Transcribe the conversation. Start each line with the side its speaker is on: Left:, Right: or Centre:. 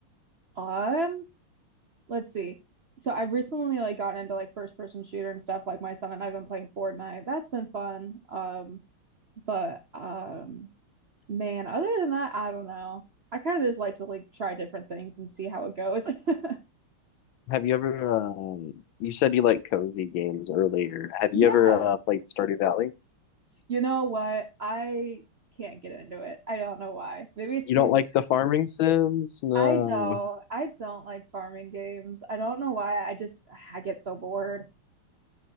Right: Um, Let's see. So I've recently like gotten into like first person shooter and stuff like my son and I've been playing Fortnite. That's been fun. Um but um man, other than that, I don't know. I kind of just like to like try different things and see how it goes. <laughs>
Left: Have you ever, um, you said you like cozy games earlier. Have you
Right: Yeah.
Left: ever uh, played Stardew Valley?
Right: You know what? I can't get into it. I don't know why. Maybe it's
Left: You
Right: too
Left: don't like
Right: comfy.
Left: the farming sims? No.
Right: I don't I don't like farming games. I don't know why. I just I get so bored.